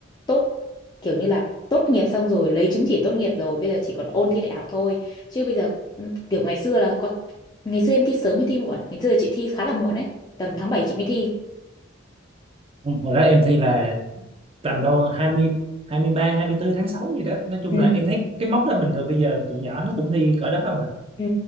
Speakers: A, on the left; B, on the right.
A: tốt kiểu như là tốt nghiệp xong rồi lấy chứng chỉ tốt nghiệp rồi bây giờ chỉ còn ôn thi đại học thôi chứ bây giờ ừ, kiểu ngày xưa là có ngày xưa em thi sớm hay thi muộn ngày xưa chị thi khá là muộn đấy tầm tháng 7 chị mới thi
B: Ừ, hồi đó em thi là tầm đâu hai hai mươi hai mươi ba hai mươi bốn tháng 6 gì đó nói chung
A: ừ
B: là em thấy cái mốc đó bình thường bây giờ tụi nhỏ nó cũng thi cỡ đó không à
A: ừ.